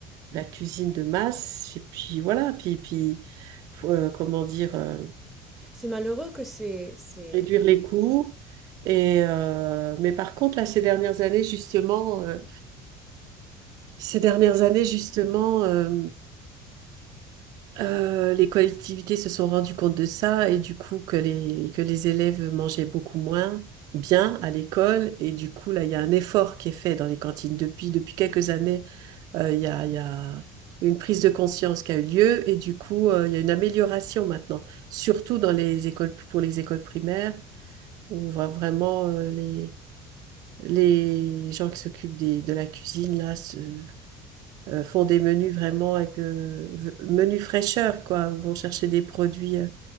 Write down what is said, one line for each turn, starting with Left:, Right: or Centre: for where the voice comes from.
Right: la cuisine de masse. Et puis voilà, puis, puis euh, comment dire, euh,
Centre: C'est malheureux que c'est, c'est,
Right: réduire les coûts. Et euh, mais par contre, là, ces dernières années, justement, euh, ces dernières années, justement, euh, Euh, les collectivités se sont rendues compte de ça et du coup que les, que les élèves mangeaient beaucoup moins bien à l'école et du coup là il y a un effort qui est fait dans les cantines depuis depuis quelques années euh, il y a, il y a une prise de conscience qui a eu lieu et du coup euh, il y a une amélioration maintenant surtout dans les écoles pour les écoles primaires où on voit vraiment euh, les les gens qui s'occupent des, de la cuisine là se- euh, font des menus vraiment avec euh, v- menus fraîcheur, quoi, où vont chercher des produits, euh,